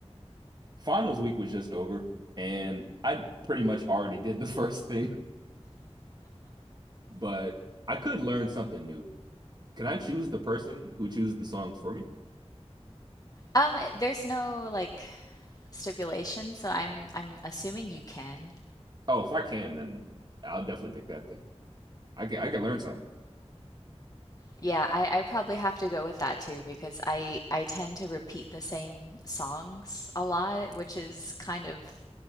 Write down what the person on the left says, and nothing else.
Um, there's no like stipulation, so I'm I'm assuming you can.
Yeah, I, I probably have to go with that too because I I tend to repeat the same songs a lot, which is kind of,